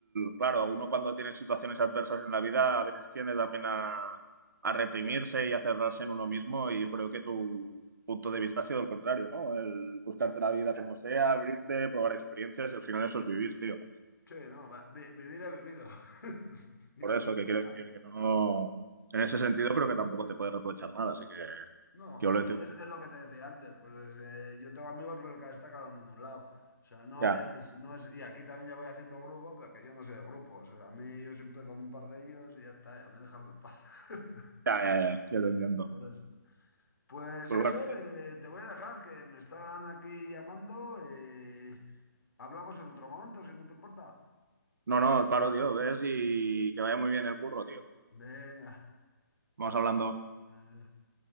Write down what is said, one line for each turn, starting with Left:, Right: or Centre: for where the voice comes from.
Right: claro, uno cuando tiene situaciones adversas en la vida a veces tiende también a, a reprimirse y a cerrarse en uno mismo y yo creo que tu punto de vista ha sido el contrario, ¿no? El buscarte
Left: Sí,
Right: la vida como sea, abrirte, probar experiencias y al final eso es vivir, tío.
Left: sí, no, va, vi- vivir he vivido. <laughs> Y
Right: Por
Left: lo
Right: eso
Left: que me
Right: que
Left: queda.
Right: quiero decir que no, en ese sentido creo que tampoco te puedes reprochar nada, así que
Left: No,
Right: que ole
Left: pero
Right: tú.
Left: es, es lo que te decía antes. Pues, eh, yo tengo amigos, pero cada está cada uno en un lado. O sea, no
Right: Ya,
Left: es, no es. Y aquí también ya voy haciendo grupo, pero que yo no soy de grupos. O sea, a mí yo siempre con un par de ellos y ya está, ya me dejan en paz. <laughs>
Right: ya, ya, ya, ya te entiendo.
Left: Por eso. Pues
Right: Pues
Left: eso,
Right: bueno, tío.
Left: eh, te voy a dejar que me están aquí llamando. eh, hablamos en otro momento, si no te importa.
Right: no, no, claro, tío, ves y que vaya muy bien el curro, tío.
Left: Venga.
Right: Vamos hablando.
Left: adiós.